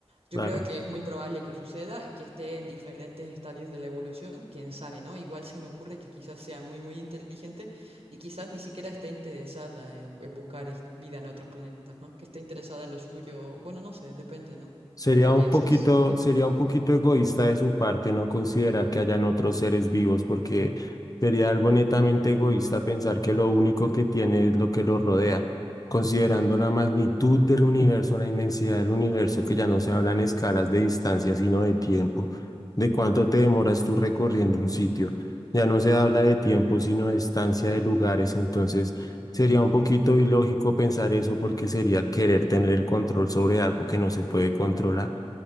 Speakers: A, on the right (about 65°); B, on the left (about 35°).
A: Yo
B: Claro.
A: creo que es muy probable que suceda, que esté en diferentes estadios de la evolución, quién sabe, ¿no? Igual se me ocurre que quizás sea muy, muy inteligente y quizás ni siquiera esté interesada en, en buscar es- vida en otros planetas, ¿no? Que esté interesada en lo suyo, bueno, no sé, depende, ¿no?
B: Sería
A: ¿Tú qué
B: un
A: piensas?
B: poquito, sería un poquito egoísta de su parte no considerar que hayan otros seres vivos, porque sería algo netamente egoísta pensar que lo único que tiene es lo que lo rodea, considerando la magnitud del universo, la inmensidad del universo, que ya no se hablan escalas de distancia, sino de tiempo, de cuánto te demoras tú recorriendo un sitio. Ya no se habla de tiempo, sino de distancia de lugares, entonces Sería un poquito ilógico pensar eso porque sería querer tener el control sobre algo que no se puede controlar.